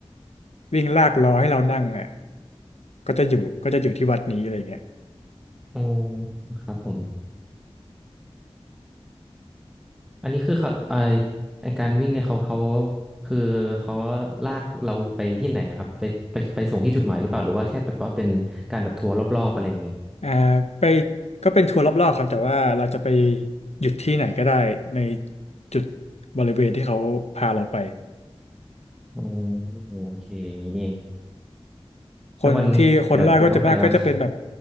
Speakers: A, on the left; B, in the centre.
A: วิ่งลากล้อให้เรานั่งอ่ะก็จะอยู่ก็จะอยู่ที่วัดนี้อะไรอย่างเงี้ย
B: อ๋อครับผมอันนี้คือเขาไอไอการวิ่งเนี่ยเขาเขาคือเขาลากเราไปที่ไหนนะครับไปไปไปส่งที่จุดหมายหรือเปล่าหรือว่าแค่แบบว่าเป็นการแบบทัวร์รอบๆอะไรอย่างงี้
A: อ่าไปก็เป็นทัวร์รอบๆครับแต่ว่าเราจะไปหยุดที่ไหนก็ได้ในจุดบริเวณที่เขาพาเราไป
B: อ๋อโอเคอย่างนี้นี่เอง
A: คนที่คนแรกก็จะมากก็จะเป็นแบบ
B: ถ้าวันเดี๋ยวเดี๋ยวต้องไปบ้าง